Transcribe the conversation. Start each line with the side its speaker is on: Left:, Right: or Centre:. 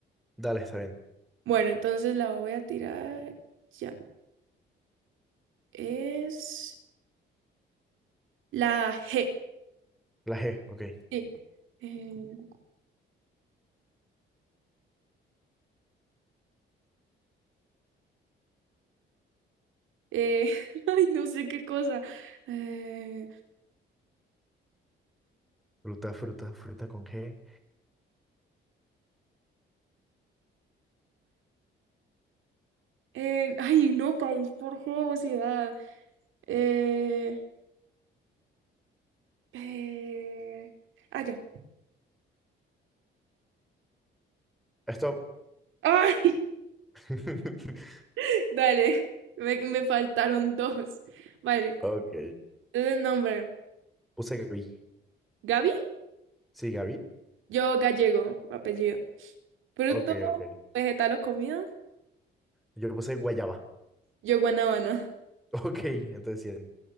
Centre: Dale, está bien.
Right: Bueno, entonces la voy a tirar. Ya es la G.
Centre: La G, ok.
Right: Sí. Eh, eh, <laughs> ay, no sé qué cosa. Eh,
Centre: Fruta, fruta, fruta con G.
Right: eh, ay, no, país por juego, ciudad. Eh, eh, Ah, ya.
Centre: Stop.
Right: Ay,
Centre: <laughs>
Right: <laughs> dale, me, me faltaron dos. Vale,
Centre: Ok.
Right: entonces nombre,
Centre: Puse Gaby.
Right: Gaby,
Centre: Sí, Gaby.
Right: yo gallego, apellido. Fruto,
Centre: Ok, ok.
Right: vegetal o comida,
Centre: Yo puse guayaba.
Right: yo guanábana,
Centre: <laughs> Ok, entonces 100.